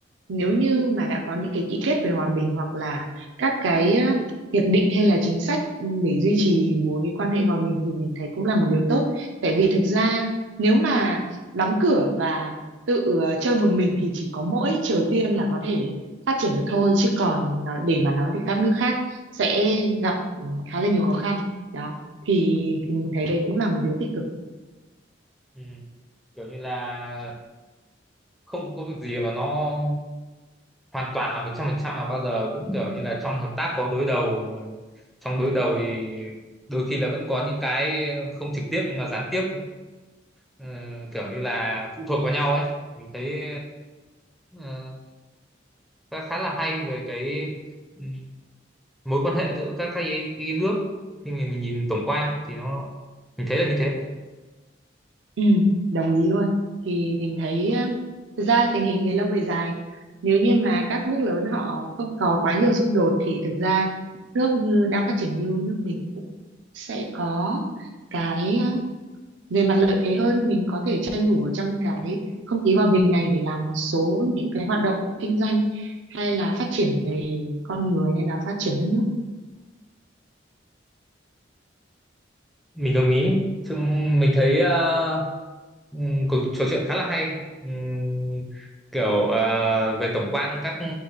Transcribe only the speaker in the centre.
ừ. kiểu như là không có việc gì mà nó hoàn toàn là một trăm phần trăm mà bao giờ cũng kiểu như là trong hợp tác có đối đầu mà trong đối đầu thì đôi khi là vẫn có những cái không trực tiếp nhưng mà gián tiếp ừ, kiểu như là phụ thuộc vào nhau ấy mình thấy ờ, khá khá là hay về cái ừm, mối quan hệ giữa các cái, cái nước khi mà mình nhìn tổng quan thì nó mình thấy là như thế
mình đồng ý chúng mình thấy ờ, ừm, cuộc trò chuyện khá là hay Ừm, kiểu ờ, về tổng quan các